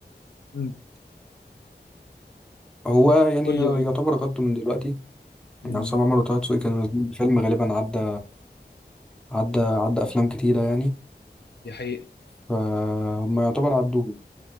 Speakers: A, on the left; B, in the centre.
A: امم
B: هو يعني
A: قول
B: يعتبر
A: لي قول لي
B: غطه من دلوقتي
A: امم
B: يعني عصام عمر وطه دسوقي كانوا نازلين بفيلم غالبا عدى عدى عدى افلام كتيرة يعني
A: دي حقيقة
B: فهم يعتبر عدوه